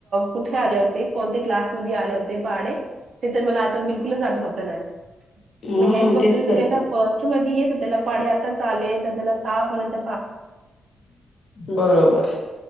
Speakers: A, on the right; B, on the left.
A: कुठे आले होते कोणते क्लासमध्ये आले होते पहाडे ते तर मला आता बिलकुलच आठवत नाही
B: हा
A: मी हेच बघत
B: तेच
A: मी
B: तर
A: कायता फर्स्ट मध्ये आहे तर त्याला पाडे आता चाले तर त्याला सहापर्यंत
B: बरोबर